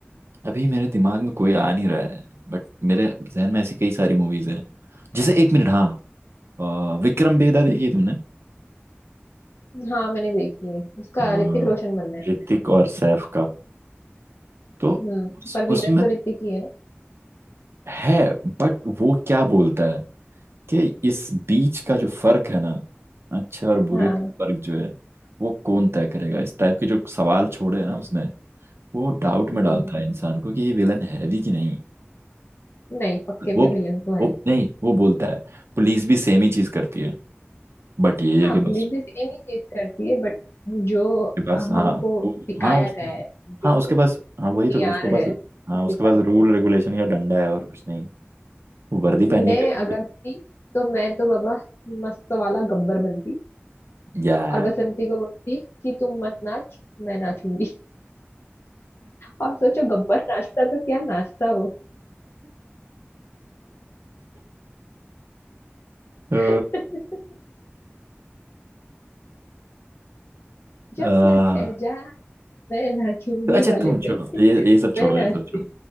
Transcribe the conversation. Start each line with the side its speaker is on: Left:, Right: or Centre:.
Right: अभी मेरे दिमाग में कोई आ नहीं रहा है बट मेरे जहन में ऐसी कई सारी मूवीज हैं जैसे एक मिनट हाँ अ, विक्रम बेदा देखी है तुमने
Left: हाँ मैंने देखी है उसका
Right: अ,
Left: ऋतिक रोशन बनना है
Right: ऋतिक और सैफ का तो
Left: हम्म
Right: उस-
Left: पर विलन
Right: उसमें
Left: तो ऋतिक ही है ना
Right: है बट वो क्या बोलता है कि इस बीच का जो फर्क है ना अच्छे और बुरे
Left: हाँ
Right: का फर्क जो है वो कौन तय करेगा इस टाइप के जो सवाल छोड़े हैं ना उसने वो डाउट
Left: हम्म
Right: में डालता है इंसान को कि ये विलन है भी कि नहीं
Left: नहीं पक्के में
Right: वो
Left: विलन तो है
Right: वो
Left: ही।
Right: नहीं वो बोलता है पुलिस भी सेम ही चीज करती है बट ये
Left: हाँ
Right: है कि
Left: पुलिस
Right: बस
Left: भी सेम ही चीज करती है बट जो
Right: उसके पास
Left: हमको
Right: हाँ वो
Left: दिखाया
Right: हाँ उस
Left: गया है जो
Right: हाँ उसके पास हाँ वही
Left: मीआर
Right: तो उसके पास
Left: है
Right: हाँ
Left: उस
Right: उसके
Left: हिसाब
Right: पास रूल
Left: से
Right: रेगुलेशन का डंडा है और कुछ नहीं वो वर्दी पहन
Left: मैं
Right: के करती
Left: अगर
Right: है।
Left: होती तो मैं तो बाबा मस्त वाला गब्बर बनती
Right: यार
Left: और बसंती को बोलती कि तुम मत नाच मैं नाचूंगी और सोचो गब्बर नाचता तो क्या नाचता हो
Right: <laughs> अ,
Left: <laughs>
Right: आ,
Left: जब तक है जा मैं नाचूंगी
Right: तो अच्छा
Left: वाले
Right: तुम छोड़ो
Left: पे <laughs>
Right: ये ये सब छोड़ो
Left: मैं नाचती
Right: ये सब छोड़ो